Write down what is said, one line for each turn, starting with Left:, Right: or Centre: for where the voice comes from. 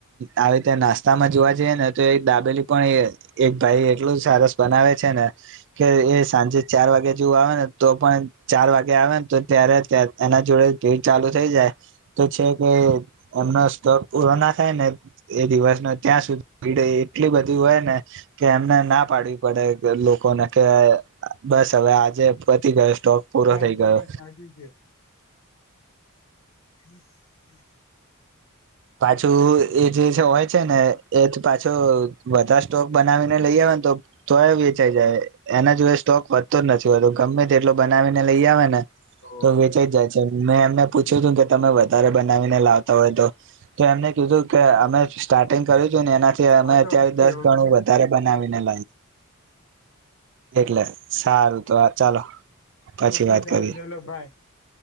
Right: આવી રીતે નાસ્તા માં જોવા જઈએ ને તો એક દાબેલી પણ એક ભાઈ એટલું સરસ બનાવે છે ને. કે એ સાંજે ચાર વાગે જેવું આવે ને તો પણ ચાર વાગે આવે ને તો ત્યારે એના જોડે. ચાલુ થઈ જાય તો છે કે એમનો સ્ટોક પુરો ના થાય ને એ દિવસ. ત્યાં સુધીી એટલી બધી હોય ને કે એમને ના પાડવી પડે લોકોને કે. બસ હવે આજે પચ ગયો સ્ટોક પૂરો
Left: હા
Right: થઈ
Left: એ તો
Right: ગયો.
Left: વાત સાચી હમ હમ.
Right: પાછું એ જે હોય છે ને એ પાછો બધા સ્ટોક બનાવીને લઈ આવે. તોય વેચાઈ જાય એના જોએ સ્ટોક વધતો જ નથી હોતો ગમે તે એટલો બનાવીને લઈ આવે ને.
Left: ઓવે
Right: તો વેચાઈ જ જાય છે મેં એમને પૂછ્યું હતું કે તમે વધારે બનાવીને લાવતા હોય તો. તો એમને કીધું કે અમે સ્ટાર્ટિંગ કર્યું હતું ને એનાથી અમે
Left: હા તો
Right: અત્યારે
Left: ઓકે
Right: દસ
Left: ઓકે
Right: ગણું વધારે બનાવી. લ એટલે સારું તો આ ચાલો. પછી
Left: ઓકે
Right: વાત
Left: સારું
Right: કરીએ
Left: ચાલો બાય